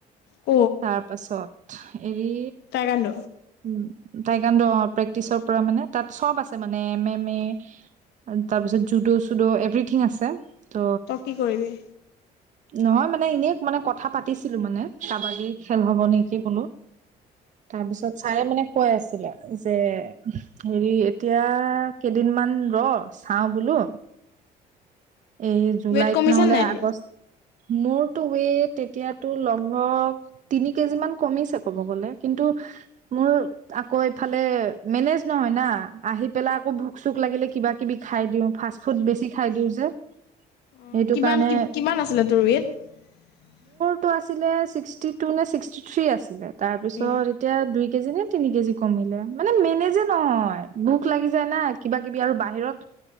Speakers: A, on the left (about 80°); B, on the right (about 45°).
A: ক
B: তাৰ পাছত <inaudible> এৰি
A: টাইকাণ্ড
B: উম টাইকাান্ড অ প্ৰেক্টিচৰ পৰা মানে, তাত চব আছে মানে, এম -এম -এ, তাৰপিছত জুডো চুডো এভৰিথিং আছে। ত'
A: তই কি কৰিবি?
B: নহয়, মানে, এনেই মানে কথা পাতিছিলোঁ মানে, কাবাডী খেল হ'ব নেকি বোলো। তাৰপিছত ছাৰে মানে কৈ আছিলে যে হেৰি এতিয়া কেইদিনমান ৰ চাও বোলো। এই জুলাইত
A: ৱেইট কমিছে
B: নহ'লে
A: নাই তোৰ
B: আগষ্ট মোৰতো ৱেইট এতিয়াতো লগভগ তিনি কেজি মান কমিছে ক'ব গলে, কিন্তু মোৰ আকৌ এইফালে মেনেজ নহয় না, আহি পেলাই আকৌ ভোক চোক লাগিলে কিবা কিবি খাই দিওঁ ফাষ্ট ফুড বেছি খাই দিওঁ যে।
A: অঁ
B: সেইটো
A: কিমান-কিমান
B: কাৰণে
A: আছিলে তোৰ ৱেত।
B: টো আছিলে ছিক্সটি টু নে ছিক্সটি থ্ৰী আছিলে। তাৰপিছত
A: উম
B: এতিয়া দুই কেজি নে তিনি কেজি কমিলে, মানে মেনেযে নহয় ভোক লাগি যায় না কিবা কিবি আৰু বাহিৰত